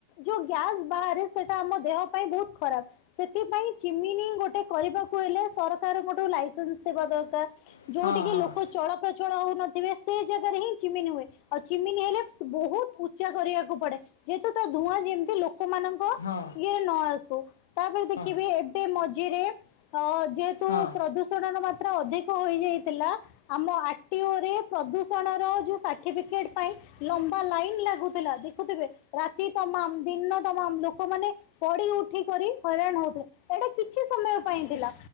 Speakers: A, on the left; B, on the left.
A: ଯୋଉ ଗ୍ୟାସ ବାହାରେ ସେଟା ଆମ ଦେହ ପାଇଁ ବୋହୁତ ଖରାପ। ସେଥିପାଇଁ ଚିମିନି ଗୋଟେ କରିବାକୁ ହେଲେ ସରକାରଙ୍କଠୁ ଲାଇସେନ୍ସ ଥିବା ଦରକାର।
B: ହଁ
A: ଯୋଉଠିକି ଲୋକ ଚଳ ପ୍ରଚଳ ହୋଉନଥିବେ ସେ ଜାଗାରେ ହିଁ ଚିମିନି ହୁଏ ଆଉ ଚିମିନି ହେଲେ ସ୍ ବୋହୁତ ଉ ଉଚ୍ଚା କରିବାକୁ ପଡେ ଯେହେତୁ ତା ଧୂଆଁ ଯେମିତି ଲୋକମାନଙ୍କ ଙ୍କ
B: ହଁ
A: ଇଏରେ ନ ଆସୁ ତାପରେ ଦେଖିବି
B: ହଁ
A: ଏବେ ମଝିରେ ଅ ଯେ ତୁ
B: ହଁ
A: ପ୍ରଦୂଷଣର ମାତ୍ରା ଅଧିକ ହୋଇଯାଇଥିଲା ଆମ ଆର୍ ଟିଓ ରେ ପ୍ରଦୂଷଣର ଯୋଉ ସାର୍ଟିଫିକେଟ ପାଇଁ ଲମ୍ବା ଲାଇନ ଲାଗୁ ଥିଲା ଦେଖୁଥିବେ ରାତି ତମାମ ଦିନ ତମାମ ଲୋକମାନେ ପଡି ଉଠିକରି ହଇରାଣ ହୋଉଥିଲେ ଏଇଟା କିଛି ସମୟ ପାଇଁ ଥିଲା।